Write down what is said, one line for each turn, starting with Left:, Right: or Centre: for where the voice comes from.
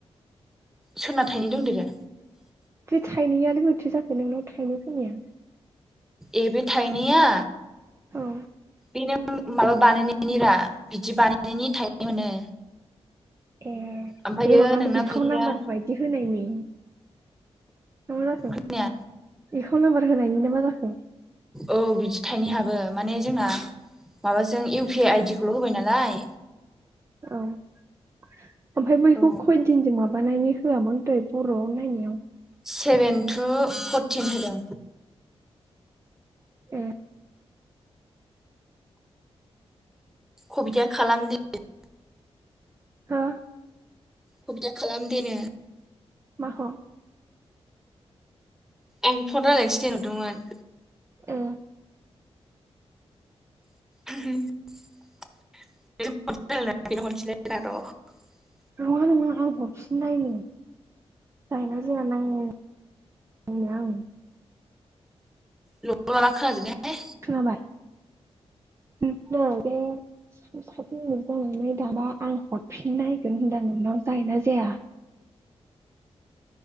Centre: सोरना थाइनै दंदेरो।
Right: बे थाइनैआलाय बोरैथो जाखो नोंनाव थाइनै फैनाया?
Centre: ए बे थायनैया
Right: औ
Centre: बेनो माबा बानायनायनि रा बिदि बानायनायनि थाइनै मोनो।
Right: ए
Centre: ओमफ्रायो
Right: बे माबा
Centre: नोंना
Right: एकाउन्ट
Centre: फैसाया
Right: नाम्बार बायदि होनायनि। मा मा जाखो
Centre: जोंनिया
Right: एखौ नाम्बार होनायनिनो मा जाखो?
Centre: औ बिदि थाइनै हाबो माने जोंना माबाजों इउ प आइ आइडि खौल' होबाय नालाय
Right: <inaudible> ओमफ्राय बैखौ
Centre: औ
Right: खयदिनजों माबानायनि होआ मोन दहाय बर'आव नायनायाव।
Centre: सेभेन टु फरटिन होदों।
Right: ए
Centre: कबिथाया खालाम <unintelligible>
Right: हा?
Centre: कबिटा खालामदे नो
Right: माखौ
Centre: आं फन रायजलायनोसो दे होनहरदोंमोन।
Right: ए
Centre: <inaudible> <unintelligible>
Right: नङा नङा आं हरफिन नायो जायोना जाया नायोनो आं
Centre: ल' ला ला खोना जोबबाय हाय
Right: खोनाबाय बे सात मिनिट जानानै दाना आं हरफिन नायगोन होनदां नोंनाव जायो ना जाया?